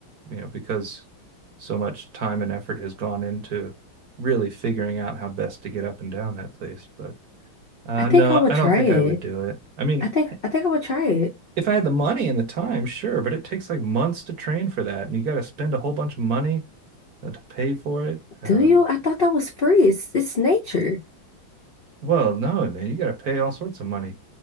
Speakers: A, on the right (about 55°); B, on the left (about 60°).
A: you know, because so much time and effort has gone into really figuring out how best to get up and down that place. But uh,
B: I think
A: no,
B: I would
A: I
B: try
A: don't think
B: it.
A: I would do it. I mean,
B: I think
A: <laughs>
B: I think I would try it.
A: if I had the money and the time, sure, but it takes like months to train for that, and you got to spend a whole bunch of money uh, to pay for it. Um,
B: Do you? I thought that was free. It's it's nature.
A: well, no, man, you got to pay all sorts of money.